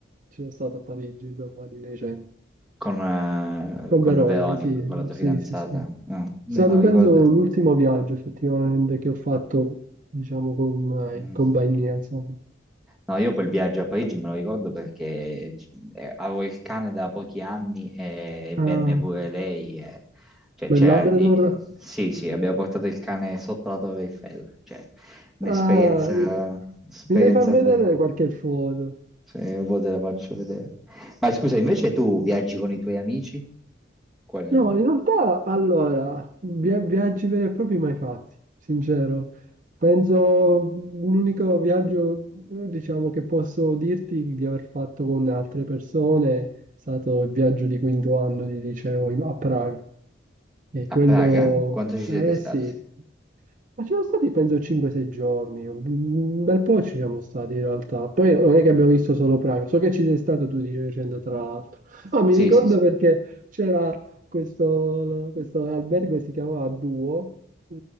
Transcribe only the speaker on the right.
ci sono stato a Parigi, insomma, di recente.
Con
Veronica,
sì,
sì,
sì, sì. È
stato
penso l'ultimo viaggio effettivamente che ho fatto, diciamo, con, eh,
in compagnia, insomma.
Ah,
bel Labrador.
Ah, mi
mi devi far vedere
qualche foto.
No, in realtà, allora, via- viaggi veri e propri mai fatti, sincero. Penso l'unico viaggio, eh, diciamo, che posso dirti di aver fatto con altre persone è stato il viaggio di quinto anno di liceo in- a Praga. E
quello,
eh
sì, ma ci sono stati penso 5-6 giorni, un bel po' ci siamo stati in realtà. Poi non è che abbiamo visto solo Praga, so che ci sei stato tu di recente tra l'altro. Ah, mi
ricordo
perché c'era questo, questo albergo che si chiamava Duo, eh,